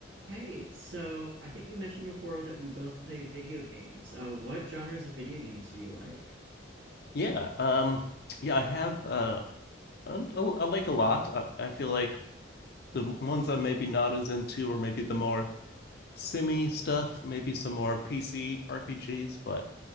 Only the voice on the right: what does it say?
Hey, so I think we mentioned before that we both play video games. Uh, what genres of video games do you like?